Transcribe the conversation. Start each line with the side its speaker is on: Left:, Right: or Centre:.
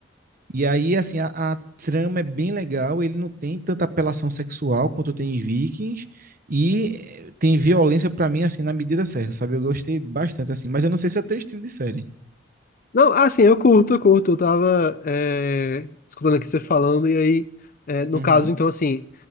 Right: E aí, assim, a, a, trama é bem legal. Ele não tem tanta apelação sexual quanto tem em Vikings e eh, tem violência para mim assim na medida certa, sabe? Eu gostei bastante assim, mas eu não sei se é teu estilo de série.
Left: Não, ah, sim, eu curto, eu curto. Eu tava é, escutando aqui você falando, e aí, é, no
Right: Uhum.
Left: caso, então, assim,